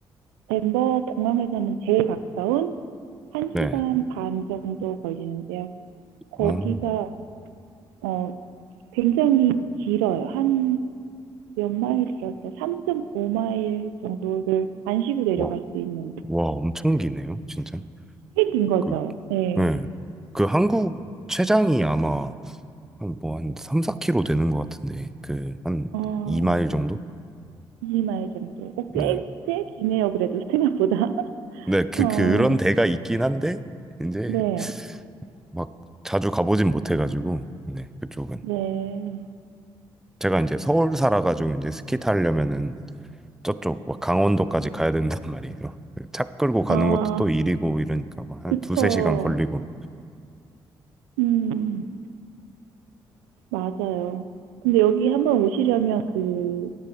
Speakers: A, on the right; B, in the centre.
A: 덴버 공항에서는 제일 가까운 1시간
B: 네.
A: 반 정도 걸리는데요. 거기가
B: 어,
A: 어, 굉장히 길어요. 한 몇 마일이라 그래요. 3.5마일 정도를 안 쉬고 내려갈
B: 와,
A: 수 있는
B: 와, 엄청 기네요, 진짜.
A: 꽤 긴 거죠.
B: 그
A: 네.
B: 네. 그 한국 최장이 아마 한 뭐 한 3, 4km 되는 것 같은데 그 한
A: 어,
B: 2마일 정도?
A: 2마일 정도. 어, 꽤,
B: 네.
A: 꽤 기네요. 그래도 생각보다.
B: 네, 그
A: 어,
B: 그런 데가 있긴 한데 이제
A: 네,
B: 막 자주 가보진 못해가지고 네 그쪽은
A: 네.
B: 제가 이제 서울 살아가지고 이제 스키 타려면은 저쪽 막 강원도까지 가야 된단 <laughs> 말이에요. 그차 끌고 가는
A: 아,
B: 것도 또 일이고 이러니까 막한
A: 그쵸.
B: 두세 시간 걸리고
A: 음, 맞아요. 근데 여기 한번 오시려면 그